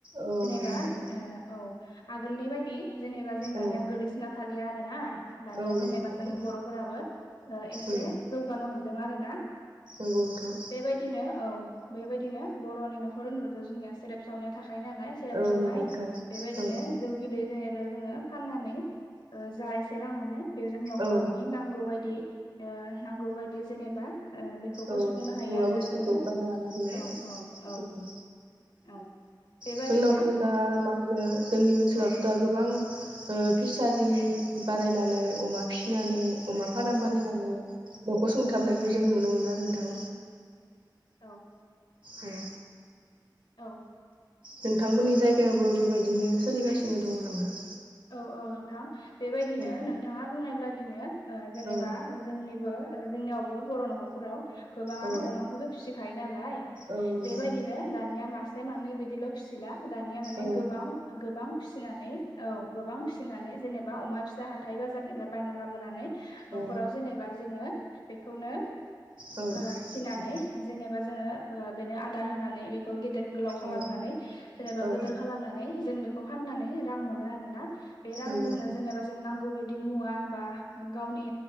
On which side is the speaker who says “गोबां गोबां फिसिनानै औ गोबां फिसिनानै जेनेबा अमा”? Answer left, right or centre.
Left